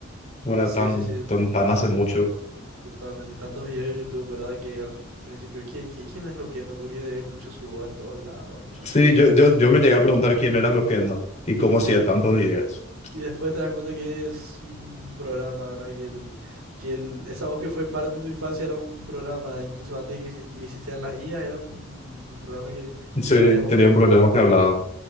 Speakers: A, on the left; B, on the right.
A: Bueno,
B: sí,
A: tan,
B: sí, sí,
A: tan, tan hace mucho.
B: Totalmente, y tantos videos de YouTube, ¿verdad? Que al principio, ¿qui- qui- quién es Loquendo? Porque escucho su voz en todos lados, ¿verdad?
A: Sí, yo, yo, yo me llegué a preguntar quién era Loquendo y cómo hacía
B: Y, y def-
A: tantos videos.
B: y después te das cuenta que es un programa, ¿verdad? Que, el, que el, esa voz que fue parte de tu infancia era un programa, incluso antes de que exis- existieran las IAs, era un, un programa que tenía
A: Sí,
B: varias voces.
A: tenía un problema que hablaba.